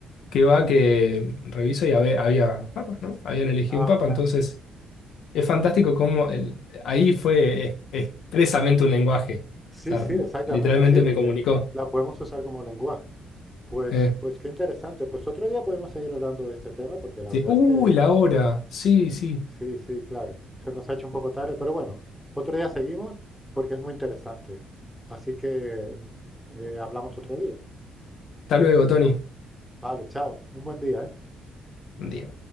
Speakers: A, on the left; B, in the centre.
A: que va que reviso y habe- había, papas, ¿no? Habían elegido
B: ah,
A: un papa,
B: claro.
A: entonces es fantástico cómo el- ahí fue es- expresamente un lenguaje.
B: Sí,
A: O sea,
B: sí, exactamente,
A: literalmente
B: sí, porque
A: me comunicó.
B: la podemos usar como lenguaje. Pues,
A: Eh,
B: pues qué interesante. Pues otro día podemos seguir hablando de este tema porque la
A: sí.
B: verdad
A: Uy,
B: es que
A: la hora. Sí, sí.
B: sí, sí, claro. Se nos ha hecho un poco tarde, pero bueno, otro día seguimos porque es muy interesante. Así que mm, eh, hablamos otro día.
A: Hasta luego, Tony.
B: Vale, chao. Un buen día, ¿eh?
A: Un día.